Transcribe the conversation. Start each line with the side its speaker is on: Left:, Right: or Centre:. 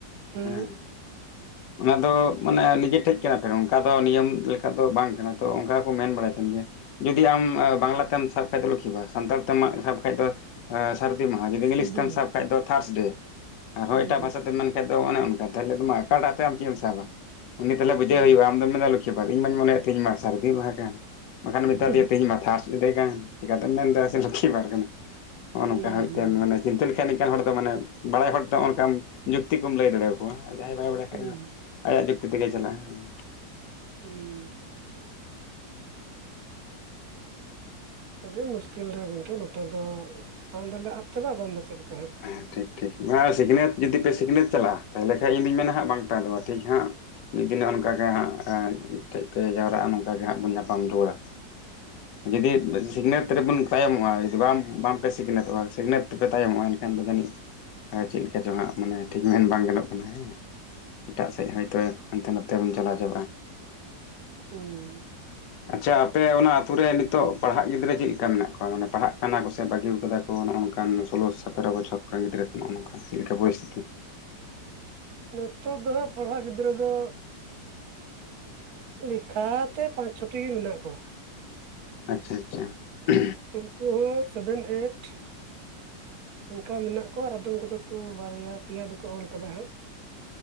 Right: ᱦᱩᱸ
Left: ᱦᱮᱸ ᱾ ᱚᱱᱟ ᱫᱚ ᱢᱟᱱᱮ ᱱᱤᱡᱮ ᱴᱷᱮᱡ ᱠᱟᱱᱟ ᱯᱷᱮᱨᱚᱝ ᱠᱟ ᱫᱚ ᱱᱤᱭᱚᱢ ᱞᱮᱠᱟ ᱫᱚ ᱵᱟᱝ ᱠᱟᱱᱟ, ᱛᱚ ᱚᱝᱠᱟ ᱜᱮᱠᱚ ᱢᱮᱱ ᱵᱟᱲᱟᱭ ᱛᱟᱦᱮᱱ ᱜᱮᱭᱟ ᱾ ᱡᱩᱫᱤ ᱟᱢ ᱮ ᱵᱟᱝᱞᱟ ᱛᱮᱢ ᱥᱟᱵ ᱠᱷᱟᱡ ᱫᱚ ᱞᱚᱠᱠᱷᱤ ᱵᱟᱨ ᱥᱟᱱᱛᱟᱲ ᱛᱮᱢ ᱢᱟ ᱥᱟᱵ ᱠᱷᱟᱡ ᱫᱚ ᱮ ᱥᱟᱨᱫᱤ ᱢᱟᱦᱟ, ᱡᱩᱫᱤ ᱤᱝᱞᱤᱥ
Right: ᱥᱟᱹᱨᱫᱤ
Left: ᱛᱮᱢ ᱥᱟᱵ
Right: ᱢᱟᱦᱟ
Left: ᱠᱷᱟᱡ ᱫᱚ ᱛᱷᱟᱨᱥ ᱰᱮ, ᱟᱨᱦᱚᱸ
Right: ᱦᱩᱸ
Left: ᱮᱴᱟᱜ ᱵᱷᱟᱥᱟᱛᱮᱢ ᱢᱮᱱ ᱠᱷᱟᱡ ᱫᱚ ᱚᱱᱮ ᱚᱱᱠᱟ ᱛᱟᱞᱚᱦᱮ ᱟᱠᱟᱴᱟᱜ ᱛᱮ ᱟᱢ ᱪᱮᱫ ᱮᱢ ᱥᱟᱵᱟ? ᱩᱱᱤ ᱛᱟᱦᱚᱞᱮ ᱵᱩᱡᱷᱟᱹᱣ
Right: ᱦᱩᱸ
Left: ᱦᱩᱭᱩᱜᱼᱟ ᱟᱢ ᱫᱚᱢ ᱢᱮᱱᱫᱟ ᱞᱚᱠᱠᱷᱤ ᱵᱟᱨ, ᱤᱧ ᱢᱟᱧ ᱢᱚᱱᱮ ᱮᱫ ᱛᱟᱸᱦᱮᱫ ᱛᱮᱦᱮᱧ ᱢᱟ ᱥᱟᱹᱨᱫᱤ ᱢᱟᱦᱟ ᱠᱟᱱ, ᱵᱟᱠᱷᱟᱱ ᱢᱮᱛᱟ
Right: ᱦᱩᱸ
Left: ᱫᱮᱭᱟ ᱛᱤᱦᱮᱧ ᱢᱟ ᱛᱷᱟᱨᱥ ᱰᱮ ᱠᱟᱱ, ᱪᱤᱠᱟᱛᱮᱢ ᱢᱮᱱ ᱮᱫᱟ ᱥᱮ ᱞᱚᱠᱠᱷᱤ ᱯᱟᱨ ᱠᱟᱱᱟ, ᱦᱚᱜᱼᱚ ᱱᱚᱝᱠᱟ
Right: ᱦᱩᱸ
Left: ᱦᱚᱸ ᱢᱤᱫᱴᱮᱱ
Right: ᱦᱩᱸ
Left: ᱢᱟᱱᱮ ᱪᱤᱱᱛᱟᱹ ᱠᱷᱟᱱ ᱱᱤᱝᱠᱟᱱ ᱦᱚᱲ ᱫᱚ ᱢᱟᱱᱮ ᱵᱟᱲᱟᱭ ᱦᱚᱲ ᱫᱚ ᱦᱚᱜᱼᱚᱱᱠᱟᱢ ᱡᱩᱠᱛᱤ ᱠᱚᱢ ᱞᱟᱹᱭ ᱫᱟᱲᱮᱭᱟᱠᱚᱣᱟ ᱟᱨ ᱡᱟᱦᱟᱸᱭ ᱵᱟᱭ ᱵᱟᱲᱟᱭ ᱠᱷᱟᱡ
Right: ᱦᱩᱸ
Left: ᱫᱚ
Right: ᱦᱩᱸ
Left: ᱟᱭᱟᱜ ᱡᱩᱠᱛᱤ ᱛᱮᱜᱮᱭ ᱪᱟᱞᱟᱜᱼᱟ, ᱦᱮᱸ ᱾
Right: ᱦᱮᱸ ᱾ ᱟᱹᱰᱤ ᱢᱩᱥᱠᱤᱞ ᱨᱮ ᱜᱚᱝᱠᱮ ᱱᱚᱛᱮ ᱫᱚ ᱵᱟᱝ ᱫᱚᱞᱮ ᱟᱫ ᱪᱟᱵᱟᱜᱼᱟ ᱵᱟᱝ ᱫᱚ ᱪᱮᱫ ᱞᱮᱠᱟ ᱦᱟᱸᱜ!
Left: ᱦᱮᱸ ᱴᱷᱤᱠ ᱴᱷᱤᱠ, <unintelligible> ᱥᱤᱠᱷᱱᱟᱛ ᱡᱩᱫᱤ ᱯᱮ ᱥᱤᱠᱷᱱᱟᱹᱛ ᱪᱟᱞᱟᱜᱼᱟ, ᱛᱟᱦᱚᱞᱮ ᱠᱷᱟᱡ ᱤᱧ ᱫᱩᱧ ᱢᱮᱱᱟ ᱦᱟᱸᱜ ᱵᱟᱝ ᱯᱮ ᱟᱫᱚᱜᱼᱟ ᱴᱷᱤᱠ ᱦᱟᱸᱜ ᱢᱤᱫ ᱫᱤᱱᱚᱜ ᱚᱱᱠᱟᱜᱮ ᱦᱟᱸᱜ ᱮ ᱢᱤᱫ ᱴᱷᱮᱡ ᱯᱮ ᱡᱟᱣᱨᱟᱜᱼᱟ ᱱᱚᱝᱠᱟ ᱜᱮ ᱦᱟᱸᱜ ᱵᱚᱱ ᱧᱟᱯᱟᱢ ᱨᱩᱣᱟᱹᱲᱟ ᱾ ᱡᱩᱫᱤᱵ ᱥᱤᱠᱷᱱᱟᱹᱛ ᱨᱮᱵᱚᱱ ᱛᱟᱭᱚᱢᱚᱜᱼᱟ ᱡᱩᱫᱤ ᱵᱟᱢ ᱵᱟᱝᱯᱮ ᱥᱤᱠᱷᱱᱟᱹᱛᱚᱜᱼᱟ ᱥᱤᱠᱷᱱᱟᱹᱛ ᱛᱮᱯᱮ ᱛᱟᱭᱚᱢᱚᱜᱼᱟ ᱮᱱ ᱠᱷᱟᱱ ᱫᱚ ᱡᱟᱹᱱᱤᱡ ᱦᱮᱸ ᱪᱮᱫ ᱞᱮᱠᱟ ᱪᱚ ᱦᱟᱸᱜ ᱢᱟᱱᱮ ᱴᱷᱤᱠ ᱢᱮᱱ ᱵᱟᱝ ᱜᱟᱱᱚᱜ ᱠᱟᱱᱟ, ᱦᱮᱸ ᱾ ᱮᱴᱟᱜ ᱥᱮᱜ ᱦᱚᱭᱛᱳ ᱦᱟᱱᱛᱮ ᱱᱟᱛᱮ ᱵᱚᱱ ᱪᱟᱞᱟᱣ ᱪᱟᱵᱟᱜᱼᱟ ᱾
Right: ᱦᱩᱸ ᱾
Left: ᱟᱪᱪᱷᱟ ᱟᱯᱮ ᱚᱱᱟ ᱟᱛᱩ ᱨᱮ ᱱᱤᱛᱚᱜ ᱯᱟᱲᱦᱟᱜ ᱜᱤᱫᱽᱨᱟᱹ ᱪᱮᱫ ᱞᱮᱠᱟ ᱢᱮᱱᱟᱜ ᱠᱚᱣᱟ, ᱢᱟᱱᱮ ᱯᱟᱲᱦᱟᱜ ᱠᱟᱱᱟ ᱠᱚᱥᱮ ᱵᱟᱹᱜᱤᱣ ᱠᱟᱫᱟ ᱠᱚ ᱱᱚᱜᱼᱚ ᱱᱚᱝᱠᱟᱱ ᱥᱳᱞᱳ ᱥᱟᱛᱮᱨᱚ ᱵᱚᱪᱷᱚᱨ ᱠᱚᱨᱮᱱ ᱜᱤᱫᱽᱨᱟᱹ ᱠᱚ ᱱᱚᱜᱼᱚ ᱱᱚᱝᱠᱟ ᱪᱮᱫ ᱞᱮᱠᱟ ᱯᱚᱨᱤᱥᱛᱷᱤᱛᱤ?
Right: ᱱᱤᱛᱚᱜ ᱫᱚ ᱦᱟᱜ ᱯᱟᱲᱦᱟᱜ ᱜᱤᱫᱽᱨᱟᱹ ᱫᱚ ᱞᱮᱠᱷᱟᱛᱮ ᱯᱟᱸᱪ ᱪᱷᱚᱴᱤ ᱜᱮ ᱢᱮᱱᱟᱜ ᱠᱚᱣᱟ ᱾
Left: ᱟᱪᱪᱷᱟ, ᱟᱪᱪᱷᱟ ᱾
Right: ᱩᱱᱠᱩ ᱦᱚᱸ ᱥᱮᱵᱮᱱ ᱮᱭᱤᱴ ᱚᱝᱠᱟ ᱢᱮᱱᱟᱜ ᱠᱚᱣᱟᱨ ᱟᱫᱚᱢ ᱠᱚᱫᱚ ᱠᱚ ᱵᱟᱨᱭᱟ, ᱯᱮᱭᱟ ᱫᱚᱠᱚ ᱚᱞ ᱠᱟᱫᱟ ᱦᱟᱸᱜ᱾